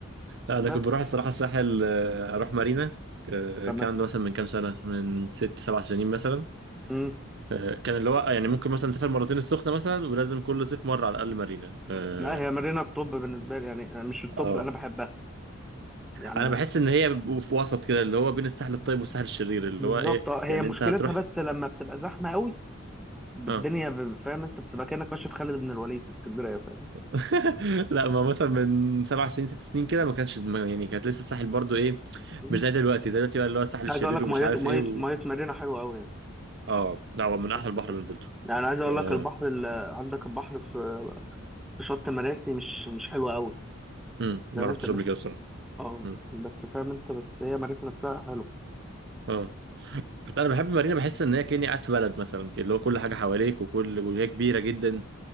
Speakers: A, on the right (about 60°); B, in the centre.
A: انا
B: بس
A: كنت بروح الصراحه
B: ف-
A: الساحل آه، اروح مارينا آه،
B: تمام
A: كان مثلا من كام سنه من ست سبع سنين مثلا
B: مم.
A: آه، كان اللي هو يعني ممكن مثلا نسافر مرتين السخنه مثلا ولازم كل صيف مره على الاقل مارينا اه
B: لا هي مارينا الطب بالنسبه لي يعني مش الطب
A: آه.
B: انا بحبها يعني
A: انا بحس ان هي بيبقوا في وسط كده اللي هو بين الساحل الطيب والساحل الشرير اللي
B: بالظبط
A: هو ايه
B: آه، هي
A: يعني
B: مشكلتها
A: انت هتروح
B: بس لما بتبقى زحمه قوي الدنيا
A: اه
B: ب- فاهم انت بتبقى كانك ماشي في خالد بن الوليد في اسكندريه فاهم
A: <laughs> لا ما مثلا من سبع سنين ست سنين كده ما كانش ما- يعني كانت لسه الساحل برضو ايه
B: مم.
A: مش زي دلوقتي دلوقتي بقى اللي هو الساحل الشرير
B: عايز اقول لك
A: ومش
B: ميه
A: عارف
B: ميه
A: ايه و...
B: ميه مارينا حلوه قوي يعني
A: اه لا هو من
B: بس
A: احلى البحر
B: كده
A: اللي نزلته
B: يعني عايز اقول
A: آه.
B: لك البحر اللي عندك البحر في في شط مراسي مش مش حلو قوي
A: مم. ما
B: فاهم
A: رحتوش
B: انت بس
A: قبل كده الصراحه
B: اه
A: مم.
B: بس فاهم انت بس هي مراسي نفسها حلو
A: اه لا انا بحب مارينا بحس ان هي كاني قاعد في بلد مثلا كده، اللي هو كل حاجه حواليك وكل وهي كبيره جدا